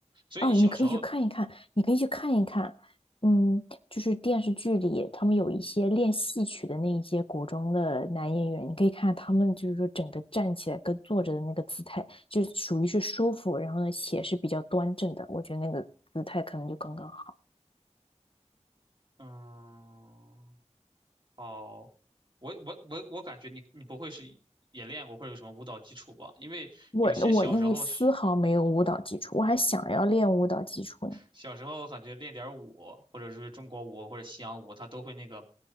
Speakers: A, on the right; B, on the left.
A: 所以你小时候，
B: 哦，你可以去看一看，你可以去看一看，嗯，就是电视剧里他们有一些练戏曲的那一些古装的男演员，你可以看他们就是说整个站起来跟坐着的那个姿态，就属于是舒服，然后呢且是比较端正的，我觉得那个姿态可能就刚刚好。
A: 嗯，哦，我我我我感觉你你不会是也练过或者有什么舞蹈基础吧？因为有些小时候学
B: 我我一丝毫没有舞蹈基础，我还想要练舞蹈基础呢，
A: 小时候感觉练点儿舞，或者是中国舞或者西洋舞，他都会那个